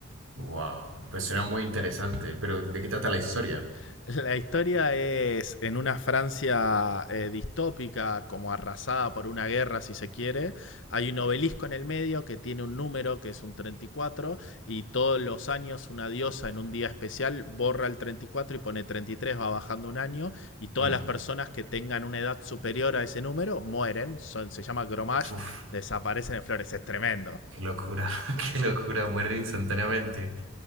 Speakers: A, on the right; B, on the left.
A: Wow, pues suena muy interesante, pero ¿de qué trata la historia?
B: <laughs> La historia es en una Francia eh, distópica, como arrasada por una guerra, si se quiere. Hay un obelisco en el medio que tiene un número que es un treinta y cuatro y todos los años una diosa en un día especial borra el treinta y cuatro y pone 33, va bajando un año y todas
A: Mm.
B: las personas que tengan una edad superior a ese número mueren. Son, se llama gromage,
A: Uf,
B: desaparecen en flores. Es tremendo.
A: qué locura, <laughs> qué locura, muere instantáneamente.